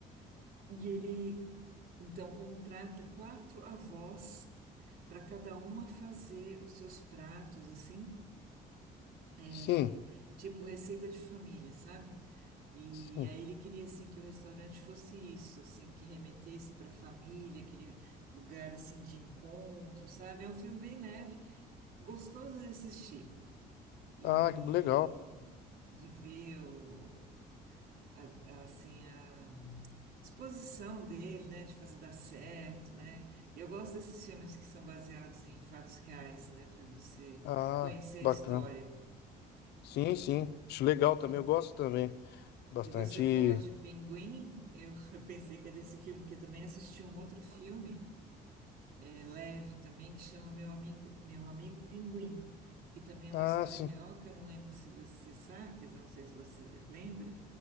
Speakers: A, on the right (about 65°); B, on the left (about 75°).
A: E ele, então, contrata quatro avós para cada uma fazer os seus pratos, assim,
B: sim,
A: é, tipo receita de família, sabe? E
B: sim.
A: aí ele queria, assim, que o restaurante fosse isso, assim, que remetesse para a família, aquele lugar, assim, de encontro, sabe? É um filme bem leve, gostoso de assistir. e
B: Ah, que legal.
A: de ver o, a- a- assim, a disposição dele, né, de fazer dar certo, né? Eu gosto desses filmes que são baseados em fatos reais, né, para você
B: Ah,
A: conhecer
B: bacana.
A: a história.
B: Sim, sim. Acho legal também.
A: E,
B: Eu gosto também. Bastante.
A: e você falou de Pinguim, eu <laughs> eu pensei que era esse filme, porque eu também assisti um outro filme, é, leve também, que chama Meu Amigo, Meu Amigo Pinguim. Que também é
B: Ah,
A: uma história
B: sim.
A: real, que eu não lembro se você sabe, quer dizer, eu não sei se você lembra,